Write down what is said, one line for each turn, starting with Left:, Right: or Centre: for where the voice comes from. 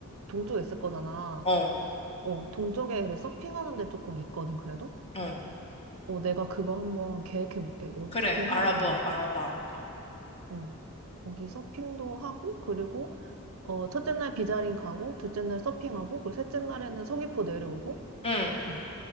Right: 동쪽에 있을 거잖아.
Left: 어,
Right: 어, 동쪽에 그래, 서핑하는 데 조금 있거든, 그래도?
Left: 응.
Right: 어, 내가 그거 한번 계획해 볼게. 어떻게
Left: 그래, 알아봐,
Right: 해야 되는지.
Left: 알아봐, 알아봐.
Right: 어. 거기 서핑도 하고, 그리고, 어, 첫째 날 비자링 가고, 둘째 날 서핑하고, 그리고 셋째 날에는 서귀포 내려오고,
Left: 응,
Right: 어,